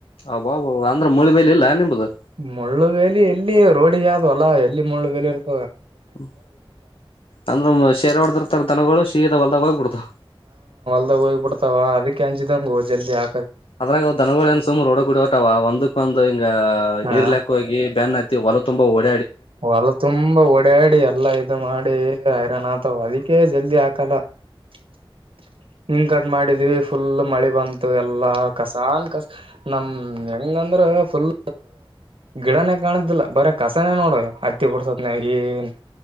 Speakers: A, on the left; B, on the right.
A: ಅಬ್ಬಾಬ ಅಂದ್ರ ಮೂಳಿ ಬೇಲಿ ಇಲ್ಲ ನಿಮ್ದು
B: ಮುಳ್ಳು ಗಾಲಿ ಎಲ್ಲಿ. ರೋಡಿಗೆ ಆದ ಹೊಲ ಎಲ್ಲಿ ಮುಳ್ಳುಬೆಲ್ಲಿ ಇರುತ್ತ.
A: ಹ್ಮ ಅಂದ್ರ ಶೇರೆ ಹೊಡದಿರ್ತಾರ ದನಗಳು. ಸಿದ ಹೊಲದಾಗ ಹೋಗಿ ಬಿಡತಾದ.
B: ಹೋಲದಾಗ ಹೋಗಿ ಬೀಡ್ತಾವ ಅದಕ್ಕೆ ಅಂಜಿದಂಗೊ ಜಲ್ದಿ ಆ.
A: ಅದ್ರಾಗ ದನಗಳ ಏನ ಸುಮ್ ರೋಡ ಕುಡಿ ಹೊಗತಾವ ಒಂದಕ್ಒಂದ ಹಿಂಗ
B: ಹಾ
A: ಇರ್ಲೆಕ್ಕ ಹೋಗಿ ಬೆನ್ ಹತ್ತಿ. ಅವು ತುಂಬ ಒಳ್ಳೆ.
B: ಹೊಲ ತುಂಬಾ ಓಡಾಡಿ ಎಲ್ಲಾ ಇದು ಮಾಡಿ. ಡೈಲಿ ಹೈರಾಣ ಆತಾವ ಅದಕ್ಕೆೇ ಜಲ್ದಿ ಹಾಕಲ್ಲ ಹ್ಮ. ಗಡ ಗಡ ಮಾಡಿದ್ವಿ ಫುಲ್ ಮಳಿ ಬಂತು ಎಲ್ಲಾ ಕಸಾನ್ ಕಸ ನಮ ಹೆಂಗಂದ್ರ. ಫುಲ್ ಗಿಡನೇ ಕಾಣುದಿಲ್ಲ ಬರೆ ಕಸನೇ ನೋಡ. ಹತ್ತಿ ಬುಡಸಾತ ನ್ಯಾಗ ಏನಿಲ್ಲ.